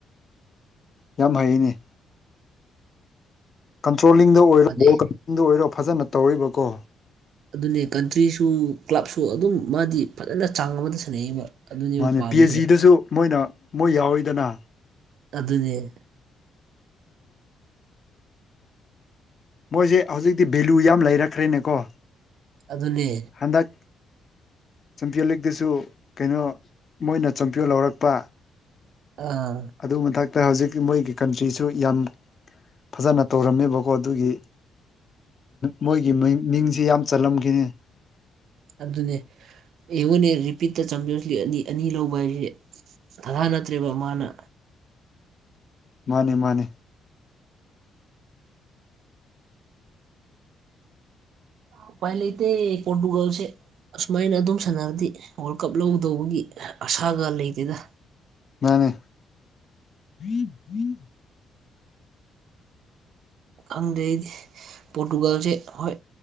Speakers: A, on the left; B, on the right.
A: ꯌꯥꯝ ꯍꯩꯩꯅꯦ꯫ ꯀꯟꯇ꯭ꯔꯣꯂꯤꯡꯗ ꯑꯣꯏꯔꯣ
B: ꯑꯗꯩ
A: ꯕꯣꯜ <unintelligible> ꯑꯣꯏꯔꯣ ꯐꯖꯅ ꯇꯧꯔꯤꯕꯀꯣ
B: ꯑꯗꯨꯅꯦ ꯀꯟꯇ꯭ꯔꯤꯁꯨ ꯀ꯭ꯂꯕꯁꯨ ꯑꯗꯨꯝ ꯃꯥꯗꯤ ꯐꯖꯅ ꯆꯥꯡ ꯑꯃꯗ ꯁꯥꯟꯅꯩꯕ꯫ ꯑꯗꯨꯅꯦꯕ
A: ꯃꯥꯅꯦ
B: ꯄꯥꯝꯃꯤꯁꯦ
A: ꯄꯤ ꯑꯩꯆ ꯖꯤꯗꯁꯨ ꯃꯣꯏꯅ ꯃꯣꯏ ꯌꯥꯎꯋꯤꯗꯅ꯫
B: ꯑꯗꯨꯅꯦ꯫
A: ꯃꯣꯏꯁꯦ ꯍꯧꯖꯤꯛꯇꯤ ꯚꯦꯂꯨ ꯌꯥꯝ ꯂꯩꯔꯛꯈ꯭ꯔꯦꯅꯦꯀꯣ꯫
B: ꯑꯗꯨꯅꯦ꯫
A: ꯍꯟꯗꯛ꯫ ꯆꯝꯄꯤꯌꯟ ꯂꯤꯛꯇꯁꯨ ꯀꯩꯅꯣ ꯃꯣꯏꯅ ꯆꯝꯄꯤꯌꯟ ꯂꯧꯔꯛꯄ꯫
B: ꯑꯥ꯫
A: ꯑꯗꯨꯒꯤ ꯃꯊꯛꯇ ꯍꯧꯖꯤꯛ ꯃꯣꯏꯒꯤ ꯀꯟꯇ꯭ꯔꯤꯁꯨ ꯌꯥꯝ ꯐꯖꯅ ꯇꯧꯔꯝꯃꯦꯕꯀꯣ ꯑꯗꯨꯒꯤ꯫ ꯃꯣꯏꯒꯤ ꯃꯥ ꯃꯤꯡꯁꯤ ꯌꯥꯝ ꯆꯜꯂꯝꯒꯦꯅꯦ꯫
B: ꯑꯗꯨꯅꯦ ꯑꯩꯉꯣꯟꯅꯦ ꯔꯤꯄꯤꯠꯇ ꯆꯪꯖꯁꯤ ꯑꯅꯤ ꯑꯅꯤ ꯂꯧꯕ ꯍꯥꯏꯁꯦ꯫ ꯊ ꯊ ꯅꯠꯇ꯭ꯔꯦꯕ ꯃꯥꯅ꯫
A: ꯃꯥꯅꯦ ꯃꯥꯅꯦ꯫
B: ꯎꯄꯥꯏ ꯂꯩꯇꯦ ꯄꯣꯇꯨꯒꯜꯁꯦ꯫ ꯑꯁꯨꯃꯥꯏꯅ ꯑꯗꯨꯝ ꯁꯥꯟꯅꯔꯗꯤ ꯋꯥꯔꯜ ꯀꯞ ꯂꯧꯒꯗꯧꯕꯒꯤ ꯑꯁꯥꯒ ꯂꯩꯇꯦꯗ꯫
A: ꯃꯥꯅꯦ꯫ <inaudible>
B: ꯈꯪꯗꯦ ꯑꯩꯗꯤ ꯄꯣꯔꯇꯨꯒꯥꯜꯁꯦ ꯍꯣꯏ